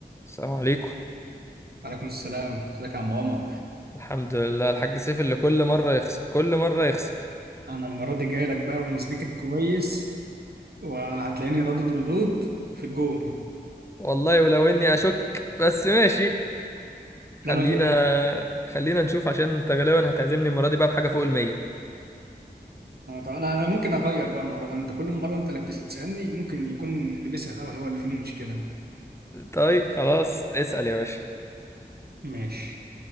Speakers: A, on the left (about 15°); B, on the right (about 65°).
A: السلام عليكم
B: وعليكم السلام ازيك يا عم عمر
A: الحمد لله الحاج سيف اللي كل مرة يخسر كل مرة يخسر
B: انا المره دي جاي لك بقى ومذاكر كويس وهتلاقيني ردد ردود في الجون
A: والله ولو اني اشك بس ماشي
B: لا
A: خلينا
B: ما تقلقش
A: خلينا نشوف عشان انت غالبا هتعزمني المرة دي بقى بحاجة فوق المية
B: انا طبعا انا أنا ممكن اغير بقى المره دي انت كل مره انت اللي بتسالني ممكن يكون اللي بيسال الاول هو اللي فيه المشكله
A: طيب خلاص اسأل يا باشا
B: ماشي